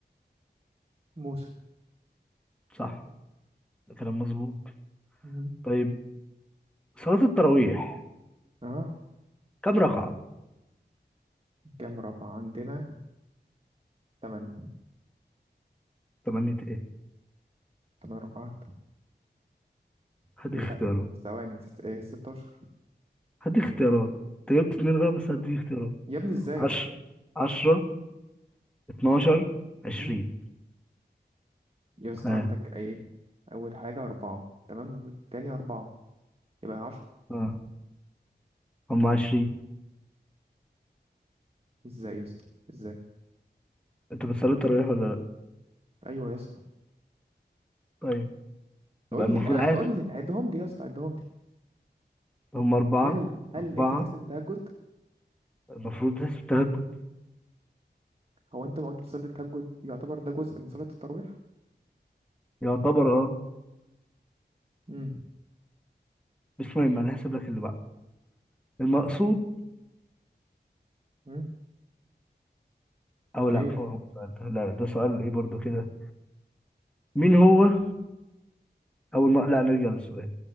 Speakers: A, on the right; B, in the centre.
A: موسى
B: صح ده كلام مظبوط
A: مم.
B: طيب صلاة التراويح
A: اه
B: كم ركعة؟
A: كام رقعة عندنا تمن
B: تمانية ايه؟
A: تمن رقعات
B: هدي
A: لا
B: اختيارات
A: ثواني ست- ايه 16
B: هدي اختيارات انت جبت اتنين غلط بس هدي اختيارات
A: يا ابني ازاي
B: عشرة عشرة اتناشر عشرين
A: مم. يا اسطى
B: ها
A: عندك ايه أول حاجة أربعة تمام والتاني أربعة يبقى
B: ها هم عشرين
A: ازاي يا اسطى ازاي
B: انت بتصلي التراويح ولا لا؟
A: ايوه يا اسطى
B: طيب
A: قول
B: يبقى المفروض
A: لي ع-
B: عارف
A: قول لي عدهم لي يا اسطى عدهم لي
B: هم أربعة
A: هل هل
B: أربعة
A: انت بتحسب التهجد
B: المفروض تحسب تهجد
A: هو انت ما انت بتصلي التهجد يعتبر ده جزء من صلاة التراويح
B: يعتبر اه
A: امم
B: بس المهم انا هحسب لك اللي بعد المقصود
A: امم
B: او لا
A: ايه
B: فوق السؤال ده، لا ده سؤال ايه برضو كده مين هو أول ما لا نرجع للسؤال